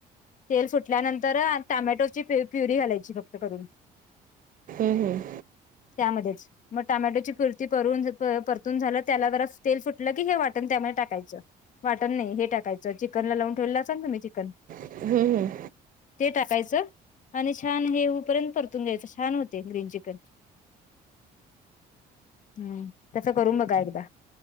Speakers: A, on the left; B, on the right.
A: तेल सुटल्यानंतर टोमॅटो ची प्युरी घालायची फक्त करून
B: हम.
A: त्यामध्येच मग टमॅटोची पुरती परून परतून झालं त्याला जरा तेल सुटलं की हे वाटन त्यामुळे टाकायचं. वाटण नाही हे टाकायचं, चिकन ला लावून ठेवलंल असाल ना तुम्ही चिकन
B: हम्म हम्म.
A: ते टाकायचं आणि छान हे पर्यंत परतून घ्यायचं छान होतेय ग्रीन चिकन हम्म तसं करून बघा एकदा